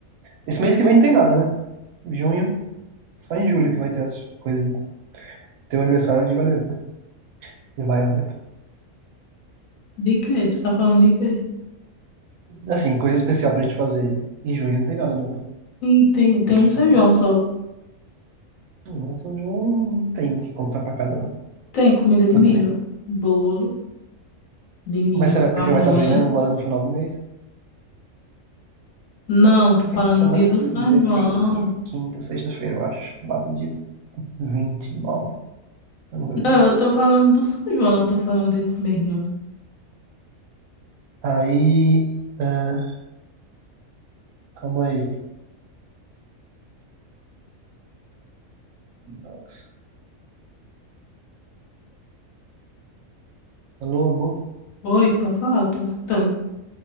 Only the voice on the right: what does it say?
Esse mês que vem não tem nada, né? Junho. Só em julho que vai ter as coisas. ter o aniversário é de Violeta, né? De Violeta.
Assim, coisa especial pra gente fazer. Em junho não tem nada, não, né?
Pra gente
comprar.
Não, não, São João não tem que comprar pra casa, não.
Putz,
né?
Mas será
que já vai estar vendendo agora no final do mês?
Semana
que
vem. Quinta, sexta-feira, eu acho. Lá pro dia 29. Alguma coisa
assim.
Aí. ah, calma aí. Nossa. Alô, amor?